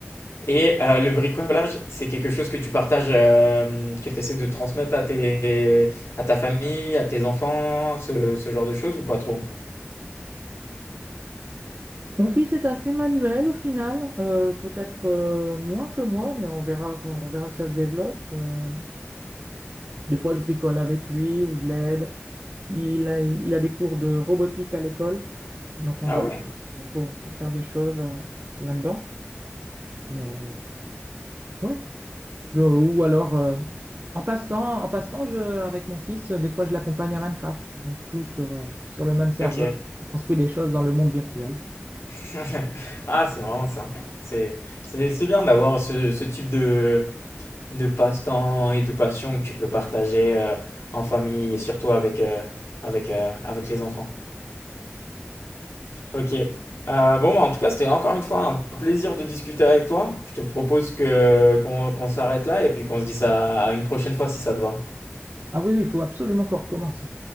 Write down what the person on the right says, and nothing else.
Mon fils est assez manuel au final, euh, peut-être euh, moins que moi, mais on verra, quand- on verra si ça se développe. Euh, des fois, je bricole avec lui ou je l'aide. Il a, il a des cours de robotique à l'école, donc on
va
voir pour, pour faire des choses euh, là-dedans. Mais ouais. Je- ou alors, euh, en passe-temps, en passe-temps, je, avec mon fils, euh, des fois, je l'accompagne à Minecraft. On joue sur, euh, sur le même serveur,
on construit des choses dans le monde virtuel.
Ah oui, oui, il faut absolument qu'on recommence.